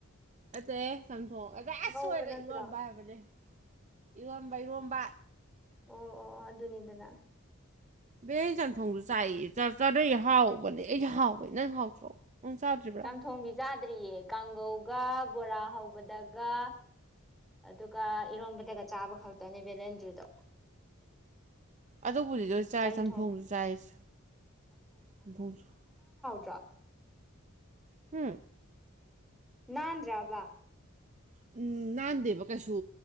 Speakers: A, on the right; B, in the centre.
A: ꯑꯠꯇ ꯁꯝꯊꯣꯡ ꯑ ꯑꯁꯗ
B: ꯉꯧꯕ ꯅꯠꯇ꯭ꯔꯣ
A: ꯏꯔꯣꯟꯝꯕ ꯍꯥꯏꯕꯅꯦ ꯏꯔꯣꯟꯝꯕ ꯏꯔꯣꯝꯕ
B: ꯑꯣ ꯑꯣ ꯑꯣ ꯑꯗꯨꯅꯤꯗꯅ
A: ꯕ ꯆꯟꯊꯣꯡꯗꯨ ꯆꯥꯏ ꯆ ꯆꯥꯅꯩ ꯍꯥꯎꯕꯅꯦ ꯑꯩꯁꯨ ꯍꯥꯎꯕꯦ ꯅꯪ ꯍꯥꯎꯇ꯭ꯔꯣ ꯅꯪ ꯆꯥꯗ꯭ꯔꯤꯕ꯭ꯔꯥ
B: ꯆꯝꯊꯣꯡꯕꯤ ꯆꯥꯗ꯭ꯔꯤꯌꯦ ꯀꯥꯡꯒꯧꯒ ꯕꯣꯔꯥ ꯍꯧꯕꯗꯒ ꯑꯗꯨꯒ ꯏꯔꯣꯝꯕꯗꯒ ꯆꯥꯕ ꯈꯛꯇꯅꯤ ꯕꯦꯂꯦꯟꯗ꯭ꯔꯤꯗꯣ
A: ꯑꯗꯨꯕꯨꯗꯤ ꯂꯣꯏ ꯆꯥꯏ
B: ꯆꯝꯊꯣꯡ
A: ꯆꯝꯊꯣꯡꯖꯨ ꯆꯥꯏꯁ ꯆꯝꯊꯣꯡꯁꯨ
B: ꯆꯥꯛ <inaudible>
A: ꯍꯨꯝ
B: ꯅꯥꯟꯗ꯭ꯔꯕ
A: ꯎꯝ ꯅꯥꯟꯗꯦꯕ ꯀꯩꯁꯨ